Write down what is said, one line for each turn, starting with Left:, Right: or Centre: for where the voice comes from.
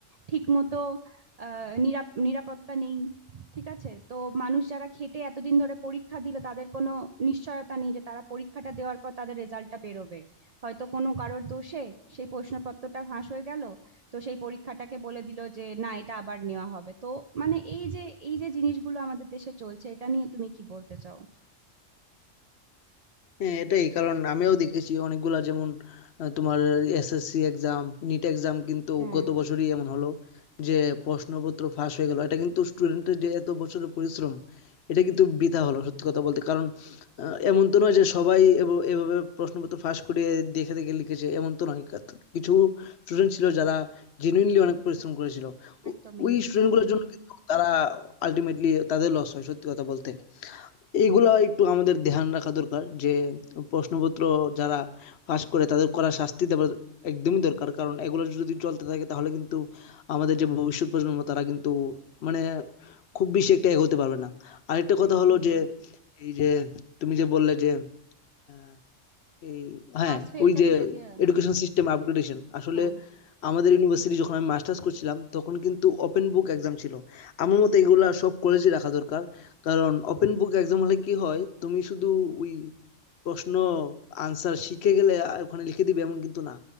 Right: ঠিক মতো আহ নিরাপ- নিরাপত্তা নেই ঠিক আছে তো মানুষ যারা খেটে এতদিন ধরে পরীক্ষা দিল তাদের কোনো নিশ্চয়তা নেই যে তারা পরীক্ষাটা দেওয়ার পর তাদের রেজাল্টটা বেরোবে হয়তো কোনো কারোর দোষে সেই প্রশ্নপত্রটা ফাঁস হয়ে গেল তো সেই পরীক্ষাটাকে বলে দিল যে না এটা আবার নেওয়া হবে তো মানে এই যে এই যে জিনিসগুলো আমাদের দেশে চলছে এটা নিয়ে তুমি কি বলতে চাও
Left: হ্যাঁ এটাই কারণ আমিও দেখেছি অনেকগুলা যেমন আহ, তোমার এসএসসি এক্সাম নিট এক্সাম কিন্তু
Right: হ্যাঁ
Left: গত বছরই এমন হলো যে প্রশ্নপত্র ফাঁস হয়ে গেল এটা কিন্তু স্টুডেন্টের যে এত বছরের পরিশ্রম এটা কিন্তু বৃথা হলো সত্যি কথা বলতে কারণ আহ, এমন তো নয় যে সবাই এভ- এভাবে প্রশ্নপত্র ফাঁস করে দেখে দেখে লিখেছে এমন তো নয় কাত- কিছু স্টুডেন্ট ছিল যারা জেনুইনলি অনেক পরিশ্রম করেছিল ও-
Right: একদমই
Left: ওই স্টুডেন্টগুলোর জন্য কিন্তু তারা আলটিমেটলি তাদের লস হয় সত্যি কথা বলতে এগুলা একটু আমাদের ধ্যান রাখা দরকার যে প্রশ্নপত্র যারা পাস করে তাদের কড়া শাস্তি দেওয়া একদমই দরকার কারণ এগুলো যদি চলতে থাকে তাহলে কিন্তু আমাদের যে ভবিষ্যৎ প্রজন্ম তারা কিন্তু মানে খুব বেশি একটা এগোতে পারবে না আরেকটা কথা
Right: একদমই
Left: হলো
Right: তাই
Left: যে এই যে তুমি যে বললে যে আহ, এই হ্যাঁ
Right: পাস ফেলটা
Left: ওই যে
Right: তুলে দেওয়া
Left: এডুকেশন সিস্টেম আপগ্রেডেশন আসলে
Right: হ্যাঁ
Left: আমাদের ইউনিভার্সিটি যখন আমি মাস্টার্স করছিলাম তখন কিন্তু ওপেন বুক এক্সাম ছিল আমার মতে এগুলা সব কলেজে রাখা দরকার কারণ ওপেন বুক এক্সাম হলে কি হয় তুমি শুধু ওই প্রশ্ন আনসার শিখে গেলে আ- ওখানে লিখে দিবে এমন কিন্তু না